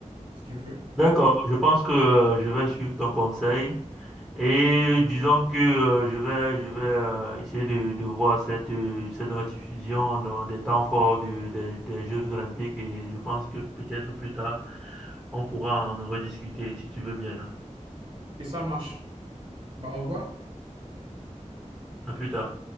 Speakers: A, on the right (about 35°); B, in the centre.
A: si tu veux.
B: D'accord, je pense que euh, je vais suivre ton conseil et disons que euh, je vais, je vais euh, essayer de, de voir cette, euh, cette rediffusion dans des temps forts de- des des Jeux Olympiques et je pense que peut-être plus tard, on pourra en rediscuter si tu veux bien.
A: Et ça marche. Bah, au revoir.
B: À plus tard.